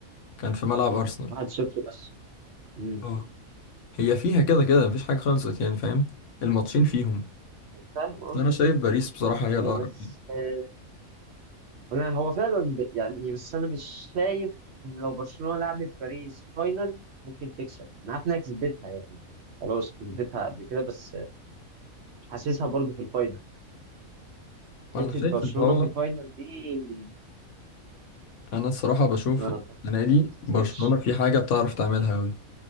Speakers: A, on the left; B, on the right.
A: كان في ملعب ارسنال
B: 1-0 بس امم
A: اه هي فيها كده كده مفيش حاجة خلصت يعني فاهم الماتشين فيهم
B: فاهم أه
A: بس انا شايف باريس بصراحة هي
B: آه،
A: الاقرب
B: بس
A: يعني.
B: آه، أنا هو فعلا ب- يعني بس أنا مش شايف إن لو برشلونة لعبت باريس فاينل ممكن تكسب أنا عارف إنها كسبتها يعني خلاص كسبتها قبل كده بس آه، مش حاسسها برضه في الفاينل
A: انا
B: حتة
A: شايف
B: برشلونة
A: ان هو
B: في الفاينل دي
A: انا الصراحة بشوف
B: ما
A: إن السنة دي
B: تعتقدش
A: برشلونة في حاجة بتعرف تعملها قوي